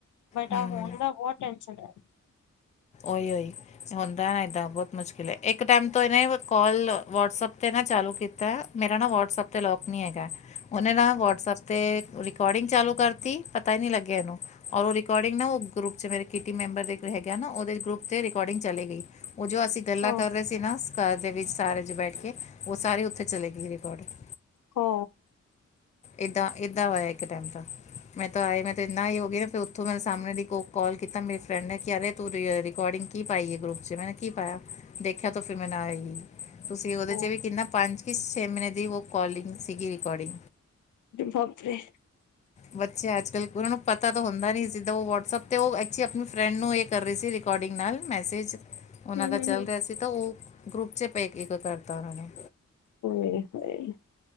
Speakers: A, on the left; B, on the left.
A: ਬਟ
B: ਹੂੰ
A: ਆਹ ਹੋਣ ਦਾ ਬਹੁਤ ਟੈਂਸ਼ਨ ਹੈ
B: ਓਈ ਹੁੰਦਾ ਨਾ ਏਦਾਂ ਬਹੁਤ ਮੁਸ਼ਕਿਲ ਹੈਏ ਟਾਈਮ ਤੋਂ ਇਹਨੇ ਕਾਲ ਵਟਸਪ ਤੇ ਨਾ ਚਾਲੂ ਕੀਤੀ ਤਾਂ ਮੇਰਾ ਨਾ ਵਟਸਐਪ ਤੇ ਲੌਕ ਨਹੀਂ ਹੈਗਾ। ਉਹਨੇ ਨਾ ਵਟਸਐਪ ਤੇ ਰਿਕੋਡਿੰਗ ਚਾਲੂ ਕਰਤੀ, ਪਤਾ ਹੀ ਨੀ ਲੱਗਿਆ ਇਹਨੂੰ। ਔਰ ਉਹ ਰਿਕੋਡਿੰਗ ਨਾ, ਉਹ ਗਰੁੱਪ ਚ ਮੇਰੇ ਕੀਟੀ ਮੈਂਬਰ ਦੇਖਦੇ ਹੈਗੇ ਆ ਨਾ। ਉਹਦੇ ਗਰੁੱਪ ਤੇ ਰਿਕੋਡਿੰਗ ਚਲੇਗੀ, ਉਹ ਜੋ ਅਸੀਂ ਗੱਲਾਂ
A: ਹਾਂ
B: ਕਰ ਰਹੇ ਸੀ ਨਾ ਘਰ ਦੇ ਵਿੱਚ ਸਾਰੇ ਜੇ ਬੈਠ ਕੇ, ਉਹ ਸਾਰੀ ਉੱਥੇ ਚਲੇਗੀ ਰਿਕੋਡਿੰਗ।
A: ਹੋ
B: ਏਦਾਂ- ਏਦਾਂ ਹੋਇਆ ਇੱਕ ਟਾਈਮ ਤਾਂ ਮੈਂ ਤਾਂ ਆਏ ਮੈਂ ਤੇ ਇੰਨਾ ਹੀ ਹੋ ਗਈ ਨਾ, ਫਿਰ ਉੱਥੋਂ ਮੈਂ ਸਾਹਮਣੇ ਦੀ ਕੋ ਕੌਲ ਕੀਤਾ ਮੇਰੀ ਫਰੈਂਡ ਨੇ ਕਿਹਾ ਤੂੰ ਰਿਕੋਡਿੰਗ ਕੀ ਪਾਈ ਐ ਗਰੁੱਪ ਚ, ਮੈਂ ਕਿਹਾ ਕੀ ਪਾਇਆ ਦੇਖਿਆ ਤਾਂ ਫਿਰ ਮੈਂ ਨਾ ਆਈ। ਤੁਸੀਂ ਉਹਦੇ
A: ਉਹ
B: 'ਚ ਵੀ ਕਿੰਨਾ ਪੰਜ ਕਿ ਛੇ ਮਹੀਨੇ ਦੀ ਉਹ ਕੋਲਿੰਗ ਸੀਗੀ ਰਿਕੋਡਿੰਗ
A: ਬਾਪ ਰੇ
B: ਬੱਚੇ ਅੱਜਕੱਲ ਉਹਨਾਂ ਨੂੰ ਪਤਾ ਤਾਂ ਹੁੰਦਾ ਨੀ ਜਿੱਦਾਂ ਉਹ ਵਟਸਐਪ ਤੇ ਉਹ ਐਕਚ ਆਪਣੀ ਫਰੈਂਡ ਨੂੰ ਕਰ ਰਹੀ ਸੀ ਰਿਕੋਡਿੰਗ ਨਾਲ ਮੈਸੇਜ
A: ਹੂੰ-ਹੂੰ-ਹੂੰ
B: ਉਹਨਾਂ ਦਾ ਚੱਲ ਰਿਹਾ ਸੀ ਤਾਂ ਉਹ ਗਰੁਪ ਚ ਪੈਕ ਕਰਤਾ ਉਹ ਨੂੰ
A: ਏ ਹੋਏ